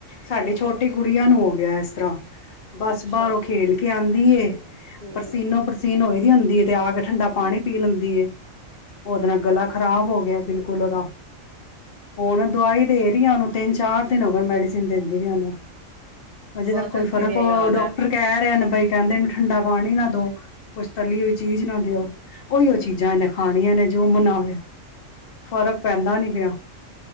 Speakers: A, on the left; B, on the right.
A: ਸਾਡੇ ਛੋਟੀ ਗੁੜੀਆਂ ਨੂੰ ਹੋ ਗਿਆ ਇਸ ਤਰ੍ਹਾਂ। ਬਸ
B: ਅੱਛਾ,
A: ਬਾਹਰੋਂ ਖੇਲ ਕੇ ਆਦੀ। ਏ
B: ਹੂੰ,
A: ਪਸੀਨੋ ਪਸੀਨ ਹੋਈ ਹੁੰਦੀ ਹੈ ਤੇ ਆ ਕੇ ਠੰਡਾ ਪਾਣੀ ਪੀ ਲੈਂਦੀ ਏ। ਉਹਦੇ
B: ਹੂੰ-ਹੂੰ,
A: ਨਾਲ ਗਲਾ ਖ਼ਰਾਬ ਹੋ ਗਿਆ। ਬਿਲਕੁਲ ਉਹਦਾ ਹੁਣ ਦਵਾਈ ਦੇ ਰਹੀ ਉਹਨੂੰ ਤਿੰਨ ਚਾਰ ਦਿਨ ਹੋ ਗ ਮੈਡੀਸਿਨ ਦਿੰਦੀ ਵੀ ਉਹਨੂੰ। ਹਜੇ
B: ਬਸ
A: ਤੱਕ ਕੋਈ
B: ਇੱਥੇ
A: ਫਰਕ
B: ਵੀ ਇਹੀ
A: ਹੋ
B: ਹਾਲ
A: ਡਾਕਟਰ
B: ਹੈ।
A: ਕਹਿ ਰਿਹਾ। ਕਈ ਕਹਿੰਦੇ ਨੇ ਠੰਡਾ ਪਾਣੀ ਨਾ ਦੋ ਕੁਛ ਤਲੀ ਹੋਈ ਚੀਜ਼ ਨਾ ਦਿਓ ਉਹੀ ਉਹ ਚੀਜ਼ਾਂ ਇਹਨੇ ਖਾਣੀਆਂ ਨੇ। ਜੋ ਮਨਾਵੇ ਫਰਕ ਪੈਂਦਾ ਨਹੀਂ ਪਿਆ।